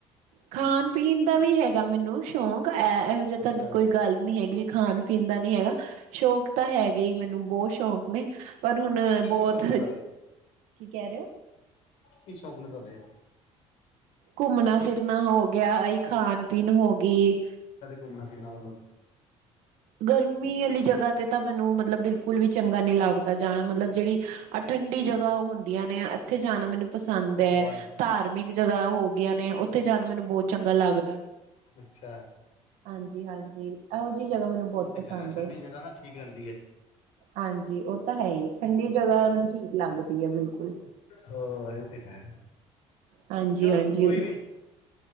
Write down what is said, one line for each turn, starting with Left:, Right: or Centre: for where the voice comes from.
Right: ਖਾਣ-ਪੀਣ ਦਾ ਵੀ ਹੈਗਾ ਮੈਨੂੰ ਸ਼ੌ ਕ ਐ ਐਹੋ
Left: ਅੱਛਾ
Right: ਜਾ ਤਾਂ ਕੋਈ ਗੱਲ ਨੀ ਹੈਗੀ ਵੀ ਖਾਣ-ਪੀਣ ਦਾ ਨੀ ਹੈਗਾ ਸ਼ੌਂਕ, ਤਾਂ ਹੈਗੇ ਈ ਮੈਨੂੰ ਬੋਤ ਸ਼ੌਂਕ ਨੇ ਪਰ ਹੁਣ
Left: ਕੀ
Right: ਬੋਤ
Left: ਕੀ ਸ਼ੌਕ ਹੈ ਤੁਹਾਡੇ
Right: ਕੀ ਕੈ ਰੇ ਓ?
Left: ਕੀ ਸ਼ੌਂਕ ਨੇ ਤੁਹਾਡੇ?
Right: ਘੁੰਮਣਾ-ਫਿਰਨਾ ਹੋ ਗਿਆ ਆਈ ਖਾਣ-ਪੀਣ ਹੋਗੀ।
Left: ਘੁੰਮਣਾ-ਫਿਰਨਾ ਮਤਲਬ?
Right: ਗਰਮੀ ਅਲੀ ਜਗ੍ਹਾ ਤੇ ਤਾਂ ਮੈਨੂੰ ਮਤਲਬ ਬਿਲਕੁਲ ਵੀ ਚੰਗਾ ਨੀ ਲੱਗਦਾ ਜਾਣਾ ਮਤਲਬ ਜੇੜੀ ਅ ਠੰਡੀ ਜਗ੍ਹਾ ਹੁੰਦੀਆਂ ਨੇ ਏਥੇ ਜਾਣਾ ਮੈਨੂੰ ਪਸੰਦ ਐ
Left: ਵਾਲੀ
Right: ਧਾਰ ਮਿਕ ਜਗ੍ਹਾ ਹੋ ਗਈਆਂ ਨੇ ਉੱਥੇ ਜਾਣ ਮੈਨੂੰ ਬੋਤ ਚੰਗਾ ਲੱਗਦਾ।
Left: ਅੱਛਾ।
Right: ਹਾਂਜੀ-ਹਾਂਜੀ ਏਹੋ ਜੀ ਜਗ੍ਹਾ ਮੈਨੂੰ ਬਹੁਤ
Left: <unintelligible>
Right: ਪਸੰਦ
Left: ਰਿਆ ਠੰਡੀ
Right: ਹੈ
Left: ਜਗ੍ਹਾ ਨਾ ਠੀਕ ਰੈਂਦੀ ਐ।
Right: ਹਾਂਜੀ, ਓ ਤਾਂ ਹੈ ਹੀ ਠੰਡੀ ਜਗ੍ਹਾ ਮੈਨੂੰ ਠੀਕ ਲੱਗਦੀ ਐ ਬਿਲਕੁੱਲ।
Left: ਹੋ ਏ ਤੇ ਹੈ
Right: ਹਾਂਜੀ
Left: ਚਲੋ
Right: ਹਾਂਜੀ
Left: ਕੋਈ ਨੀ।